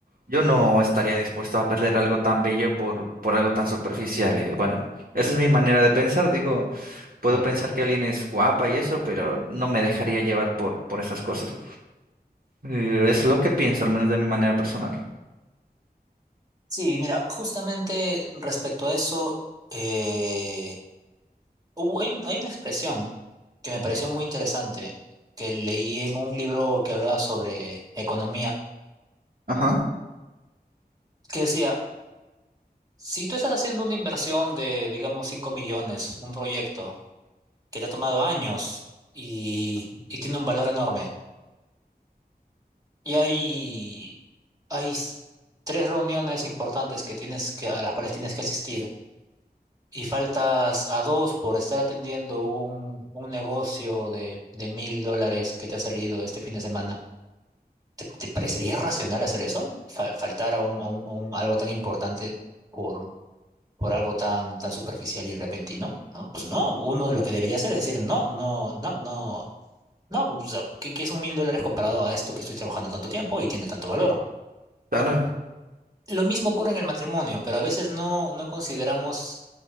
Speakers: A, on the right; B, on the right.
A: Yo no estaría dispuesto a perder algo tan bello por, por algo tan superficial. eh. Bueno, esa es mi manera de pensar. Digo, puedo
B: Sí,
A: pensar que alguien es guapa y eso, pero no me dejaría llevar por, por esas cosas. Eh, es lo que pienso, al menos de mi manera personal.
B: Sí, mira, justamente respecto a eso, eh, hubo- hay un- hay una expresión que me pareció muy interesante, que leí en un libro que hablaba sobre economía,
A: Ajá,
B: que decía, si tú estás haciendo una inversión de, digamos, 5 millones, un proyecto que te ha tomado años y, y tiene un valor enorme, Y hay, hay s- tres reuniones importantes que tienes que, a las cuales tienes que asistir. Y faltas a dos por estar atendiendo un, un negocio de, de mil dólares que te ha salido este fin de semana. ¿Te, te parecería racional hacer eso? Fa- faltar a un, a un- a un- algo tan importante por, por algo tan, tan superficial y repentino, ¿no? Pues no, uno lo que debería hacer es decir, no, no, no, no, no, pues, o sea, ¿qué, qué son mil dólares comparado a esto que estoy trabajando tanto tiempo y tiene tanto valor?
A: claro,
B: Lo mismo ocurre en el matrimonio, pero a veces no, no consideramos,